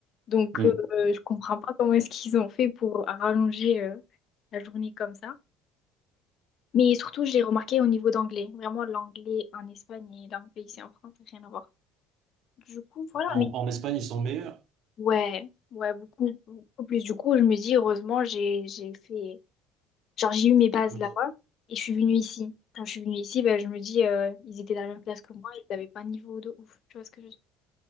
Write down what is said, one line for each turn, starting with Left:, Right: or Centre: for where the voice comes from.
Left: Donc,
Right: Mhm.
Left: euh, je comprends pas comment est-ce qu'ils ont fait pour rallonger, euh, la journée comme ça. Mais surtout, je l'ai remarqué au niveau d'anglais. Vraiment, l'anglais en Espagne et l'anglais ici en France, rien à voir. Du coup, voilà,
Right: En,
Left: mais
Right: en Espagne, ils sont meilleurs.
Left: ouais, ouais, beaucoup, beaucoup plus. Du coup, je me dis, heureusement, j'ai, j'ai fait, genre, j'ai eu mes bases
Right: Mhm.
Left: là-bas et je suis venue ici. Quand je suis venue ici, ben, je me dis, euh, ils étaient dans la même classe que moi, ils n'avaient pas un niveau de ouf. Tu vois ce que je veux dire?